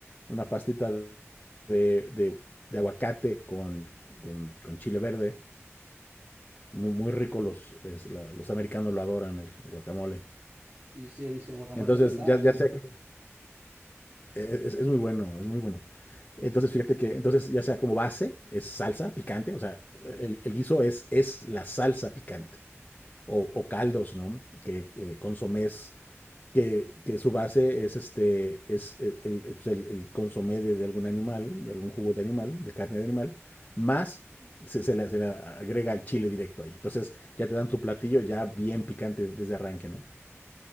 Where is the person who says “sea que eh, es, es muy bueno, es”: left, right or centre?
Left